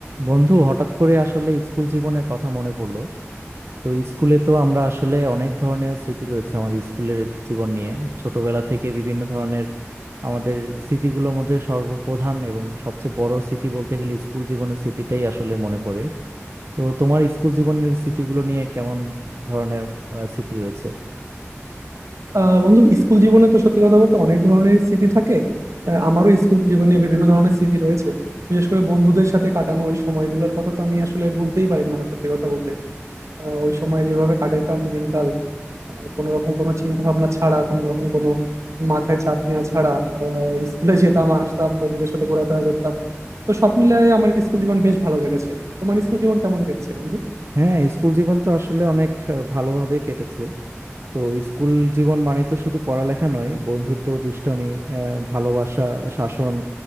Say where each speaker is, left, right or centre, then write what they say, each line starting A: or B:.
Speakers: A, on the right (about 60°); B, on the right (about 90°).
A: বন্ধু হঠাৎ করে আসলে স্কুল জীবনের কথা মনে পড়লো তো স্কুলে তো আমরা আসলে অনেক ধরনের স্মৃতি রয়েছে আমাদের স্কুলের জীবন নিয়ে ছোটবেলা থেকে বিভিন্ন ধরনের আমাদের স্মৃতিগুলোর মধ্যে সর্বপ্রধান এবং সবচেয়ে বড় স্মৃতি বলতে গেলে স্কুল জীবনের স্মৃতিটাই আসলে মনে পড়ে তো তোমার স্কুল জীবনের স্মৃতিগুলো নিয়ে কেমন ধরনের আহ, স্মৃতি রয়েছে
B: আহ বন্ধু স্কুল জীবনে তো সত্যি কথা বলতে অনেক ধরনের স্মৃতি থাকে আহ, আমারও স্কুল জীবনে বিভিন্ন ধরনের স্মৃতি রয়েছে বিশেষ করে বন্ধুদের সাথে কাটানো ওই সময়গুলোর কথা তো আমি আসলে ভুলতেই পারি না সত্যি কথা বলতে আহ, ওই সময় যেভাবে কাটাইতাম দিনকাল আহ, কোনো রকম কোনো চিন্তা ভাবনা ছাড়া কোনো রকম কোনো মাথায় চাপ নেওয়া ছাড়া আহ, স্কুলে যেতাম আসতাম বন্ধুদের সাথে ঘোরাফেরা করতাম তো সব মিলিয়ে আমার স্কুল জীবন বেশ ভালো কেটেছে তোমার স্কুল জীবন কেমন কেটেছে বন্ধু
A: হ্যাঁ স্কুল জীবন তো আসলে অনেক আহ, ভালোভাবে কেটেছে তো স্কুল জীবন মানে তো শুধু পড়ালেখা নয় বন্ধুত্ব দুষ্টমি আহ, ভালোবাসা শাসন